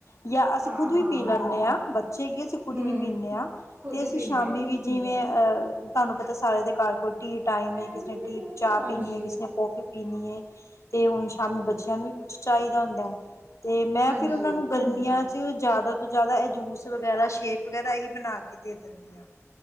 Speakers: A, on the left; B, on the right.
A: ਜਾਂ ਅਸੀਂ
B: ਹਾਂ
A: ਖੁਦ ਵੀ
B: ਹਾਂ
A: ਪੀ ਲੈਂਣੇ ਆ ਬੱਚੇ ਕੀ ਅਸੀਂ ਖੁੱਦ
B: ਹਮ
A: ਵੀ ਪੀਂਣੇ ਆਂ
B: ਖੁਦ
A: ਤੇ
B: ਹੀ
A: ਅਸੀਂ
B: ਪੀਂਦੇ
A: ਸ਼ਾਮੀ ਵੀ ਜਿਵੇਂ ਅਹ ਅ ਤੁਹਾਨੂੰ ਪਤਾ ਸਾਰਿਆਂ ਦੇ ਘਰ ਕੋਈ ਢੀ ਟਾਈਮ
B: ਆ
A: ਐ ਕਿਸੇ ਨੇ ਟੀ ਚਾਹ
B: ਹਾਂਜੀ
A: ਪੀਣੀ ਏ ਕਿਸੇ ਨੇ ਕੌਫੀ ਪੀਣੀ ਏ। ਤੇ ਹੁਣ ਸ਼ਾਮ ਬੱਚਿਆਂ ਨੂੰ ਵੀ ਕੁਛ ਚਾਹੀਦਾ ਹੁੰਦਾ ਹੈ ਤੇ ਮੈਂ
B: ਹਾਂਜੀ
A: ਫਿਰ ਉਹਨਾਂ ਨੂੰ ਗਰ ਗਰਮੀਆ ਚ ਜਾਦਾ ਤੋਂ ਜਾਦਾ ਏ ਜੂਸ ਵਗੈਰਾ ਸ਼ੇਕ ਵਗੈਰਾ ਏਹੀ ਬਣਾ ਕੇ ਦੇ ਦਿੰਦੀ ਆ।